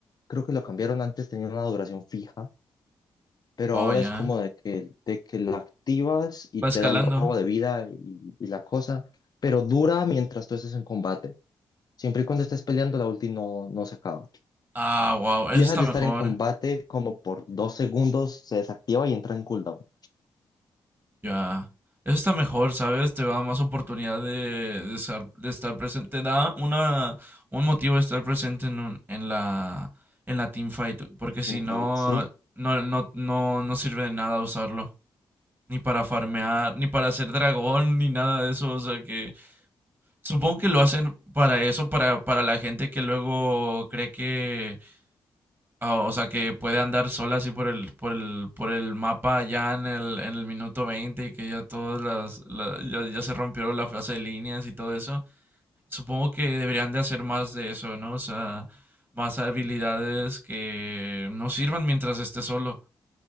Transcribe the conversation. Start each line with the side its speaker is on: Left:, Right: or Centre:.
Left: creo que lo cambiaron antes, tenía una duración fija. pero
Right: Oh,
Left: ahora
Right: ya.
Left: es como de que, de que la activas y
Right: Va
Left: te
Right: escalando.
Left: da el robo de vida y, y la cosa, pero dura mientras tú estés en combate. Siempre y cuando estés peleando, la ulti no, no se acaba.
Right: Ah, wow, eso
Left: Si dejas
Right: está
Left: de
Right: mejor.
Left: estar en combate, como por dos segundos se desactiva y entra en cooldown.
Right: Ya. Eso está mejor, ¿sabes? Te da más oportunidad de, de estar, de estar presente. Te da una, un motivo de estar presente en, un- en la, en la teamfight. Porque si
Left: Teamfight,
Right: no,
Left: sí.
Right: no, no, no, no sirve de nada usarlo. Ni para farmear, ni para hacer dragón, ni nada de eso. O sea que supongo que lo hacen para eso, para, para la gente que luego cree que Oh, o sea, que puede andar sola así por el, por el, por el mapa ya en el, en el minuto 20 y que ya todas las, la- ya, ya se rompió la fase de líneas y todo eso. Supongo que deberían de hacer más de eso, ¿no? O sea, más habilidades que no sirvan mientras esté solo.